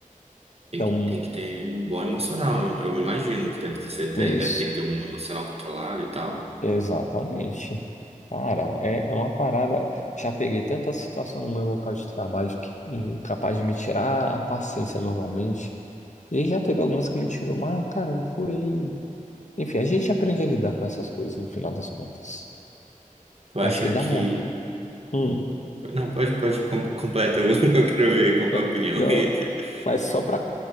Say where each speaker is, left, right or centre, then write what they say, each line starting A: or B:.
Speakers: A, on the right; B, on the left.
A: Tem
B: Então,
A: que, tem que ter um bom emocional, né? Eu imagino que deve ter você ter-
B: isso,
A: deve ter que ter um emocional controlado e tal.
B: exatamente. Cara, é, é uma parada. Já peguei tanta situação no meu local de trabalho que hum, capaz de me tirar a paciência normalmente. E aí já teve algumas que me tirou, mas, cara, não foi. Enfim, a gente aprende a lidar com essas coisas no final das contas.
A: Tu acha
B: Mas que davam.
A: que.
B: Hum,
A: Não, pode, pode, com- completa, <laughs> eu quero ver qual
B: é,
A: é a opinião.
B: não,
A: <laughs>
B: mas só pra.